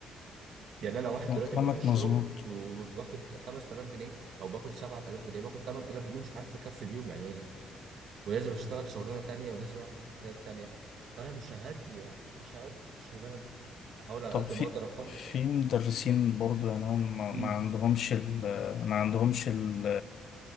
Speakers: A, on the right; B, on the left.
A: يعني انا واحد
B: لا
A: دلوقتي
B: كلامك
A: بروح الشغل
B: مظبوط
A: وباخد 5000 جنيه او باخد 7000 جنيه باخد 8000 جنيه مش عارف اكفي بيهم عيالي ولازم اشتغل شغلانه تانية ولازم اعمل حاجات تانية فانا مش هادي مش هادي في الشغلانه دي هحاول على
B: طب
A: قد
B: في
A: ما اقدر اخلص
B: في مدرسين برضو يعني هم ما
A: امم
B: ما عندهمش ال ما عندهمش ال